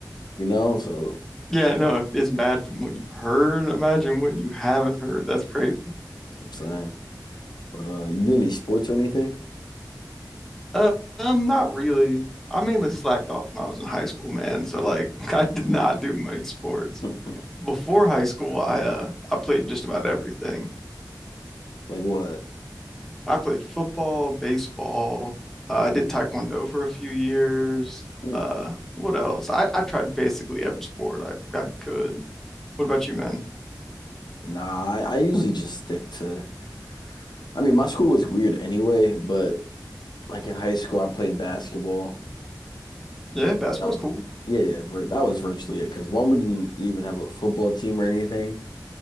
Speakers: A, on the left; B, in the centre.
A: you know. So
B: Yeah, no, if it's bad from what you've heard, imagine what you haven't heard. That's crazy.
A: I'm saying, but uh, you do any sports or anything?
B: Uh, um, not really. I mainly slacked off when I was in high school, man. So like, <laughs> I did not do many sports.
A: Hmm.
B: Before high school, I uh, I played just about everything.
A: Like what?
B: I played football, baseball. Uh, I did taekwondo for a few years.
A: Hmm.
B: Uh, what else? I, I tried basically every sport I, I could. What about you, man?
A: Nah, I, I usually just stick to. I mean, my school was weird anyway, but like in high school, I played basketball.
B: Yeah, basketball's
A: That was
B: cool.
A: yeah, yeah, vir that was virtually it. Because one, we didn't even have a football team or anything.